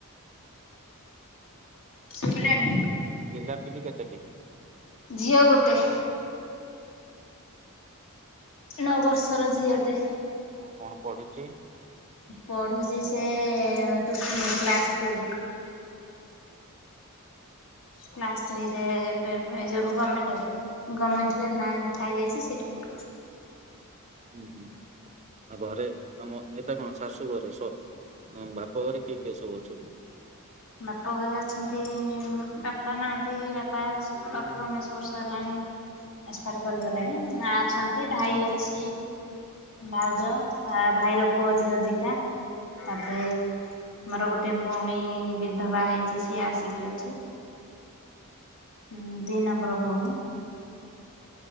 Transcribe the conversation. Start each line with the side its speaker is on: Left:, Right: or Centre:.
Left: ଶୁଭିଲାନି।
Right: ପିଲାପିଲି କେତୋଟି?
Left: ଝିଅ ଗୋଟେ। ନଅ ବର୍ଷର ଝିଅଟେ।
Right: ଆଉ କଣ ପଡୁଛି?
Left: ପଢୁଛି ସେ ତୃତୀୟ କ୍ଲାସ ଥ୍ରୀରେ। କ୍ଲାସ୍ ଥ୍ରୀରେ <unintelligible> ଗମେଣ୍ଟ। ଗମେଣ୍ଟ ରେ ନାଁ ଲେଖା ଯାଇଛି ସେଠି ପ
Right: ହୁଁ ହୁଁ ଆଉ ଘରେ ତମ ଏଟା କଣ ଶୁ ଘରେ, ସ ହଁ ବାପା ଘରେ କିଏ କେ ସବୁ ଅ
Left: ବାପା ଘରେ ଅଛନ୍ତି ବାପା ନାହାନ୍ତି, ବାପା ସତ ଅଠର ଉଣେଇଶି ବର୍ଷ ହେଲାଣି ଏସ୍ପାଟ କରିଗଲେଣି, ମା ଅଛନ୍ତି ଭାଇ ଅଛି। ଭାଉଜ ଭାଇର ପୁଅ ଝିଅ ଦିଟା, ତାପରେ ମୋର ଗୋଟେ ଭଉଣୀ ବିଧବା ହେଇଛି ସିଏ ଆସିକି ଅଛି। ହୁଁ ଦିଇ ନମ୍ବର ଭଉଣୀ।